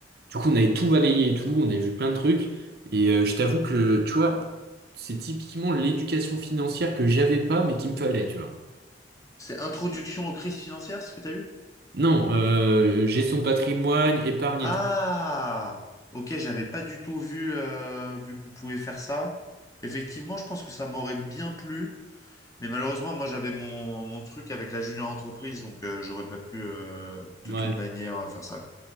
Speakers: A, on the right; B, on the left.
A: Du coup, on avait tout balayé et tout, on avait vu plein de trucs. Et euh, je t'avoue que tu vois, c'est typiquement l'éducation financière que j'avais pas mais qu'il me fallait, tu vois.
B: C'est introduction aux crises financières, ce que tu as eu?
A: Non, euh, gestion de patrimoine, épargne
B: Ah,
A: et tout.
B: ok, j'avais pas du tout vu, euh, vu qu'on pouvait faire ça. Effectivement, je pense que ça m'aurait bien plu, mais malheureusement, moi, j'avais mon, mon truc avec la junior entreprise, donc euh, j'aurais pas pu euh,
A: Ouais,
B: de toute manière euh, faire ça.